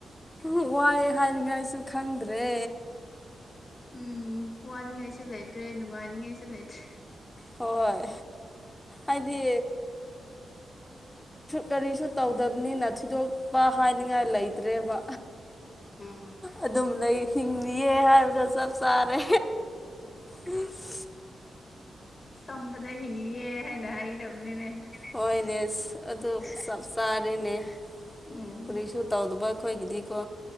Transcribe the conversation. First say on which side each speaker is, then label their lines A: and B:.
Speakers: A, on the left; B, on the left.
A: ꯎ ꯋꯥꯏꯑꯦ ꯍꯥꯏꯅꯤꯡꯉꯥꯏꯁꯨ ꯈꯪꯗ꯭ꯔꯦ
B: ꯎꯝ ꯋꯥꯅꯤꯡꯉꯥꯏꯁꯨ ꯂꯩꯇ꯭ꯔꯦ ꯅꯨꯡꯉꯥꯏꯅꯤꯡꯉꯥꯏꯁꯨ ꯂꯩꯇ꯭ꯔꯦ
A: ꯍꯣꯏ ꯑꯩꯗꯤ ꯀꯔꯤꯁꯨ ꯇꯧꯗꯕꯅꯤꯅ ꯊꯤꯗꯣꯛ ꯕꯥ ꯍꯥꯏꯅꯤꯡꯉꯥꯏ ꯂꯩꯇ꯭ꯔꯦꯕ
B: ꯎꯝ
A: ꯑꯗꯨꯝ ꯂꯩ ꯍꯤꯡꯂꯤꯌꯦ ꯍꯥꯏꯕꯗꯣ ꯆꯞ ꯆꯥꯔꯦ ꯎ <inaudible>
B: ꯆꯝꯕꯗ ꯍꯤꯡꯂꯤꯌꯦ ꯍꯥꯏꯅ ꯍꯥꯏꯗꯕꯅꯤꯅꯦ
A: ꯍꯣꯏꯅꯦ ꯑꯗꯨ ꯆꯥꯞ ꯆꯥꯔꯦꯅꯦ
B: ꯎꯝ
A: ꯀꯔꯤꯁꯨ ꯇꯧꯗꯕ ꯑꯩꯈꯣꯏꯒꯤꯗꯤꯀꯣ